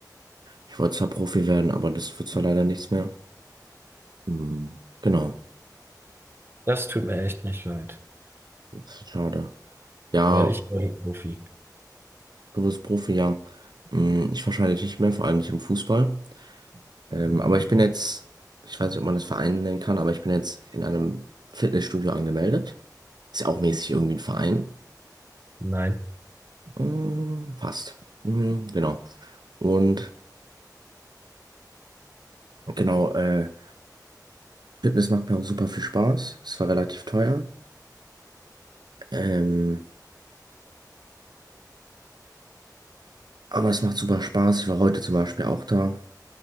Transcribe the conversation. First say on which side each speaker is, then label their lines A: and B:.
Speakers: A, on the right; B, on the right.
A: Ich wollte zwar Profi werden, aber das wird zwar leider nichts mehr. Hm. Genau,
B: Das tut mir echt nicht leid,
A: das ist schade. Ja,
B: weil ich war der Profi.
A: du bist Profi, ja. Hm, Ich wahrscheinlich nicht mehr, vor allem nicht im Fußball. Ähm, aber ich bin jetzt, ich weiß nicht, ob man das Verein nennen kann, aber ich bin jetzt in einem Fitnessstudio angemeldet. Ist ja auch mäßig irgendwie ein Verein.
B: Nein.
A: Hm, fast. Hm, genau. Und genau, äh, Fitness macht mir auch super viel Spaß. Es war relativ teuer. Ähm, aber es macht super Spaß. Ich war heute zum Beispiel auch da.